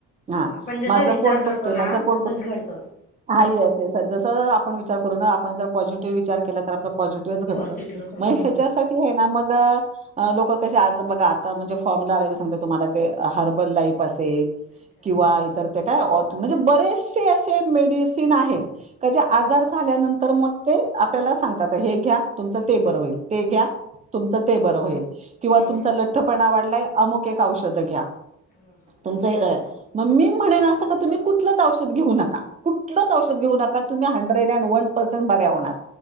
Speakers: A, on the right (about 25°); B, on the left (about 30°).
A: हां,
B: हो आपण जसा
A: माझं
B: विचार
A: पोट
B: करतो
A: दुखतंय, माझं
B: ना
A: पोट
B: तसंच
A: दुख
B: घडतं
A: हां, येस-येस, जस आपण विचार करू ना, आपण जर पॉझिटिव्ह विचार केला, तर आप त पॉझिटिव्हच घडतं,
B: पॉझिटिव्ह होत
A: म
B: हम्म
A: ह्याच्यासाठी, हे ना मग अं लोकं, कशे आज बघा आता, म्हणजे फॉर्मला आलेले सांगते, तुम्हाला ते हर्बल लाईफ असेल
B: अच्छा
A: किंवा इतर, ते काय औत्, म्हणजे बरेचशे अशे मेडिसीन, आहेत. का जे
B: हा
A: आजार झाल्यानंतर, मग ते आपल्याला सांगतात, हे घ्या तुमचं, ते
B: हो
A: बरं होईल ते घ्या, तुमचं ते बरं होईल, किंवा
B: हम्म
A: तुमचा लठ्ठपणा वाढलाय, अमुक एक औषध घ्या,
B: हां हां.
A: तुमचं हे <unintelligible> मं, मी म्हणेन असं का, तुम्ही कुठलंच औषध घेऊ नका, कुठलंच औषध घेऊ नका, तुम्ही हंड्रेड त्यानं वन परसेंट बऱ्या होणार,